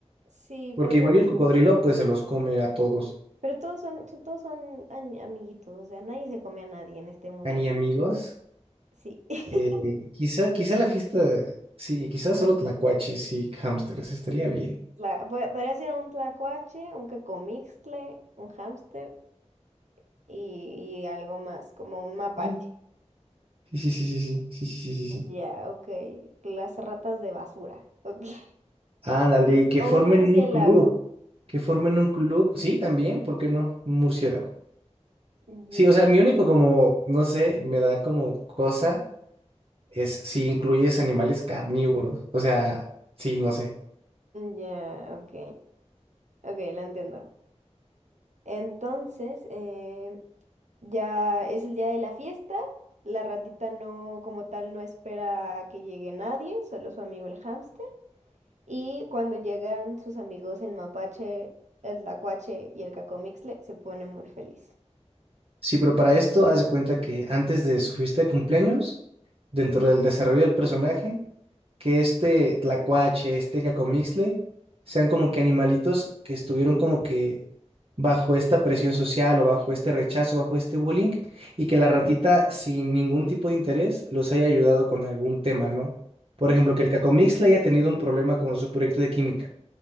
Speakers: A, on the right; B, on the right.
A: Sí,
B: porque
A: podría
B: igual y el cocodrilo
A: ser.
B: pues se los come a todos,
A: Pero todos son, son- todos son ani- amiguitos, o sea, nadie se come a nadie en este mundo.
B: a ni amigos,
A: Sí. <laughs>
B: eh, quizá, quizá la fiesta, sí, quizá solo tlacuaches y hámsters, estaría bien.
A: La- po- podría ser un tlacuache, un cacomixtle, un hámster y, y algo más, como un mapache.
B: Sí, sí, sí, sí, sí, sí, sí, sí, sí. sí.
A: Ya, ok. Las ratas de basura. Ok. <laughs>
B: Ándale, y que
A: O
B: formen
A: un murciélago.
B: un club, que formen un club, sí, también, ¿por qué no? Un murciélago.
A: Ya,
B: Sí, o sea, mi único como, no sé, me da como cosa es si incluyes animales carnívoros. O sea, sí, no sé.
A: ya, ok. Ok, lo entiendo. Entonces, eh, ya es el día de la fiesta. La ratita no, como tal, no espera a que llegue nadie, solo su amigo el hámster. Y cuando llegan sus amigos el mapache, el lacuache y el cacomixle, se pone muy feliz.
B: Sí, pero para esto, haz de cuenta que antes de su fiesta de cumpleaños, dentro del desarrollo del personaje, que este tlacuache, este cacomixle, sean como que animalitos que estuvieron como que bajo esta presión social o bajo este rechazo, bajo este bullying, y que la ratita, sin ningún tipo de interés, los haya ayudado con algún tema, ¿no? Por
A: Ok.
B: ejemplo, que el cacomixle haya tenido un problema con su proyecto de química